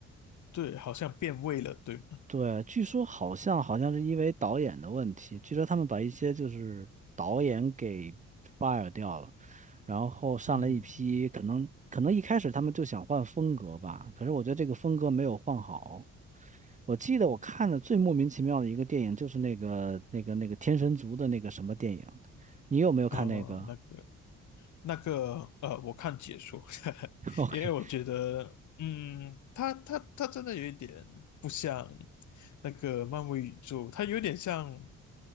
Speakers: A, on the left; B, on the right.
A: 对，好像变味了，对吗？
B: 对，据说好像好像是因为导演的问题，据说他们把一些就是导演给 fire 掉了，然后上来一批，
A: 嗯，
B: 可能可能一开始他们就想换风格吧，可是我觉得这个风格没有换好。我记得我看的最莫名其妙的一个电影就是那个那个那个天神族的那个什么电影，你有没有看那个？
A: 呃，那个。那个呃，我看解说，<laughs>
B: <laughs> o k
A: 因为我觉得，嗯，它它它真的有一点不像那个漫威宇宙，它有点像，